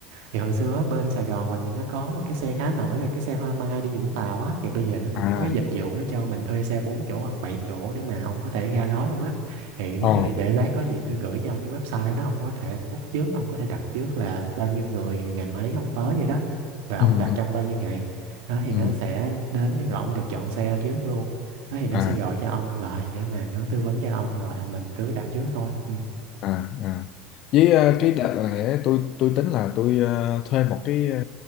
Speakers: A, on the right; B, on the left.
A: Thì hồi xưa á, bên Sài Gòn mình thì nó có một cái xe khá nổi là cái xe Hoa Mai đi Vũng Tàu á Thì bây giờ nó cũng
B: à
A: có cái dịch vụ nó cho mình thuê xe 4 chỗ hoặc 7 chỗ nếu mà ông có thể ra đó luôn á Thì nếu
B: ồ
A: được thì để lát có gì tôi gửi cho ông cái website đó Ông có thể book trước, ông có thể đặt trước là bao nhiêu người, rồi ngày mấy ông tới vậy đó Và ông
B: ừ
A: đặt
B: ừ
A: trong bao nhiêu ngày Đó thì
B: ừ
A: nó sẽ đến rồi ông được chọn xe trước luôn Đó thì nó
B: à
A: sẽ gọi cho ông lại để mà nó tư vấn cho ông rồi mình cứ đặt trước thôi Ừ.
B: à à với ờ, cái đợt này ấy, tôi tôi tính là tôi ờ, thuê một cái ờ,